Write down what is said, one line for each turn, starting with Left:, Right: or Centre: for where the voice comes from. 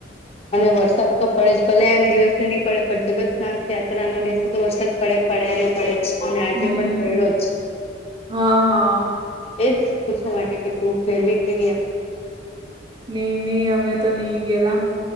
Left: અને વરસાદ તો પડે જ ભલે એમ દિવસે નીકળે જ પણ જગન્નાથ યાત્રા ના દિવસે તો વરસાદ પડે પડે ને પડે જ અને
Right: હમ
Left: આજે પણ પડ્યો જ
Right: હા હા
Left: એજ પૂછવા માટે તું ગેલી કે ની એમ કરીને.
Right: ની ની અમે તો ની ગયેલા